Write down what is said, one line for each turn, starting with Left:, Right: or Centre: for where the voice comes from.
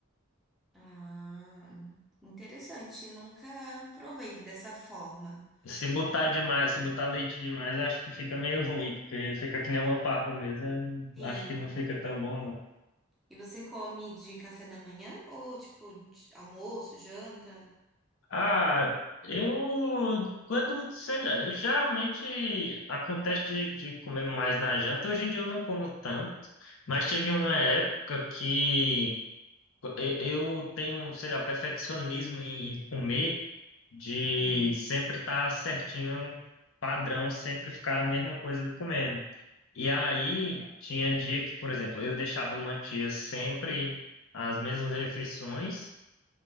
Centre: Ah, interessante. Nunca provei dessa forma.
Left: Se botar demais, se botar leite demais, eu acho que fica meio ruim, porque fica que nem uma papa mesmo. Eu não-
Centre: Sim.
Left: acho que não fica tão bom, não.
Centre: E você come de café da manhã ou tipo de almoço, janta?
Left: Ah, eu quando, sei lá, geralmente acontece de, de comer mais na janta. Hoje em dia eu não como tanto, mas teve uma época que e- eu tenho, sei lá, perfeccionismo em, em comer, de
Centre: Hum.
Left: sempre estar certinho, padrão, sempre ficar a mesma coisa comendo. E aí tinha dia que, por exemplo, eu deixava mantia sempre as mesmas refeições.